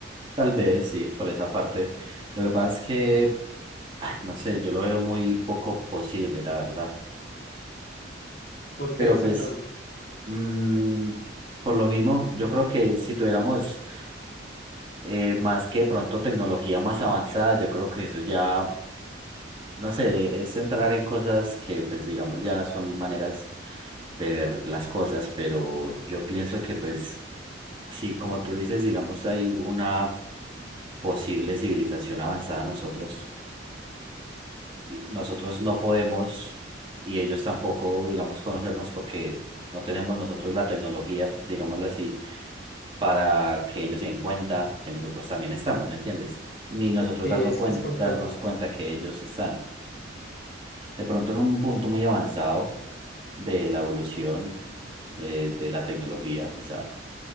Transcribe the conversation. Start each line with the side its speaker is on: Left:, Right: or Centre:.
Right: Tal vez sí, por esa parte. Lo que pasa es que, ah, no sé, yo lo veo muy poco posible, la verdad.
Left: ¿Por qué
Right: Pero
Left: exactamente?
Right: pues, mm, por lo mismo, yo creo que si tuviéramos eh, más que de pronto tecnología más avanzada, yo creo que eso ya no sé, es entrar en cosas que pues digamos ya son maneras de ver las cosas, pero yo pienso que pues sí, como tú dices, digamos hay una posible civilización avanzada nosotros y nosotros no podemos y ellos tampoco, digamos, conocernos porque no tenemos nosotros la tecnología, digámoslo así, para que ellos se den cuenta que nosotros también estamos, ¿me entiendes? Ni nosotros
Left: Sí,
Right: darnos
Left: es
Right: cuen-
Left: que es complejo.
Right: darnos cuenta que ellos están. De pronto en un punto muy avanzado de la evolución de, de la tecnología, quizá